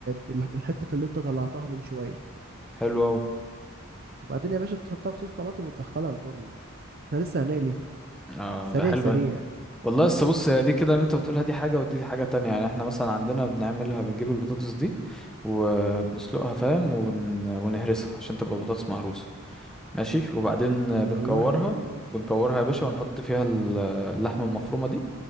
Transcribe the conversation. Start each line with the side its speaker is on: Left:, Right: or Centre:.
Right: بال- بالحتة اللي انت طلعتها من شوية
Centre: حلو قوي
Right: وبعدين يا باشا تحطها في صوص طماطم وتدخلها الفرن احنا لسه هنقلي
Centre: اه
Right: سريع
Centre: ده حلو
Right: سريع
Centre: أوي. والله لسه بص هي دي كده اللي انت بتقولها دي حاجه ودي حاجه تانية يعني احنا مثلا عندنا بنعملها بنجيب البطاطس دي وبنسلقها فاهم ون... ونهرسها عشان تبقى بطاطس مهروسه ماشي وبعدين
Right: طب والله
Centre: بنكورها
Right: حلو
Centre: بنكورها يا باشا ونحط فيها ال- اللحمه المفرومه دي